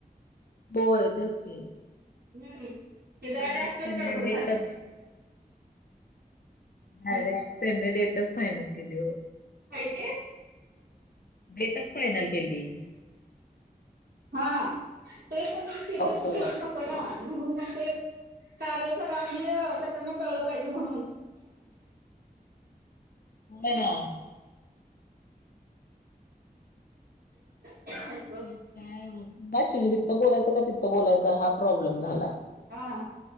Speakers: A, on the left; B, on the right.
A: होय. तेच की,
B: हम्म, ते
A: डायरेक्ट
B: जरा जास्तच
A: त्यांनी
B: गडबड
A: डेटच
B: झाली.
A: डायरेक्ट
B: हम्म
A: त्यांनी डेटच फायनल केली. ओ
B: काय ते?
A: डेटच फायनल केली.
B: हा, ते कोणी सिरियसली
A: असं.
B: घेत नव्हत ना, म्हणून मग ते कार्याचं गांभीर्य सगळ्यांना कळलं पाहिजे. म्हणून
A: होय ना
B: <inaudible>
A: तेच काय, <unintelligible> इथं बोलायचं का तिथं बोलायचं हा प्रॉब्लेम झाला.
B: हा,